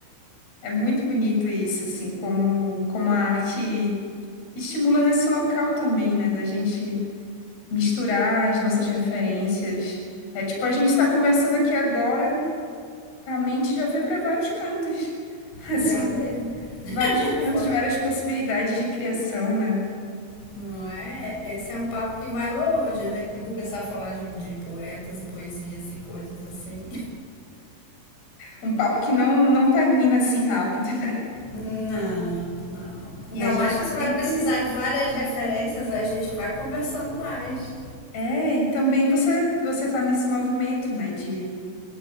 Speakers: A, on the left; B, on the left.
A: é muito bonito isso, assim, como, como a arte estimula nesse local também, né? Da gente misturar as nossas referências. É tipo, a gente está conversando aqui agora, a mente já foi para vários cantos, <laughs> assim.
B: Já mesmo.
A: Vários cantos,
B: Fo-
A: várias possibilidades de criação, né?
B: Não é? Esse é um papo que vai longe, né? Que se começar a falar de, de poetas e poesias e coisas assim.
A: Um papo que não, não termina assim rápido, né?
B: Não, não. Ainda
A: E a gente
B: mais que você vai
A: sempre.
B: precisar de várias referências, a gente vai conversando mais.
A: É, e também você você tá nesse movimento, né, de